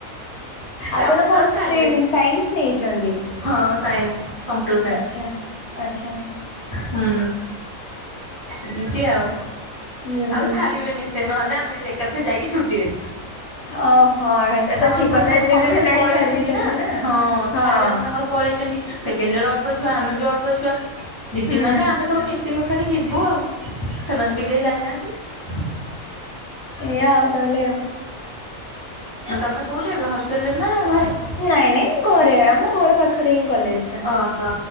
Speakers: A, on the left; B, on the right.
A: ଆପଣ
B: ତାପରେ
A: କଣ
B: ତ ଆଉ ଛାଡିବେନି
A: ଷ୍ଟ୍ରିମ୍ ସାଇନ୍ସ ନେଇଛନ୍ତି?
B: ହଁ ସାଇନ୍ସ କମ୍ପୁଟର ସାଇନ୍ସ।
A: ଆଚ୍ଛା। ଆଚ୍ଛା
B: ହୁଁ ଏମିତି ଆଉ
A: ହୁଁ
B: ଆଉ
A: ହୁଁ।
B: ଛାଡିବେନି ସେଇ ନହେଲେ ଆମେ ଏକାଥରେ ଯାଇକି ଛୁଟିରେ।
A: ଓହୋ ହେଟା ତ
B: ଆମର
A: ଠିକ
B: ଭୁଣି
A: କଥା
B: ସବୁ
A: ଏତେ
B: ସମସ୍ତେ
A: ଦିନ ହେଲାଣି
B: ପଳେଇଛନ୍ତି
A: ଛାଡି ଦେଇଛନ୍ତି
B: ନା ହଁ
A: ହଁ
B: ଥାଡିଆ ତାଙ୍କର ପଳେଇଛନ୍ତି ସେକେଣ୍ଡ ରେ ଅଳ୍ପଛୁଆ ଆମେ ବି ଅଳ୍ପ ଛୁଆ। ଦିଦି
A: ହୁଁ
B: ମାନେ ଆମେ ସବୁ ମିଶି ମଶାକି ଯିବୁ ଆଉ ସେମାନେ ବି କେହି ଯାଇନାହାନ୍ତି। <inaudible>
A: ଏଆ ଆଉ ତାହେଲେ ଆଉ।
B: ତମେ କୋଉଠି ଏବେ ହଷ୍ଟେଲ ରେ ନା ଘରେ?
A: ନାଇଁ ନାଇଁ ଘରେ ଆମ ଘର ପାଖରେ ହିଁ କଲେଜ ଟା।
B: ଓହୋ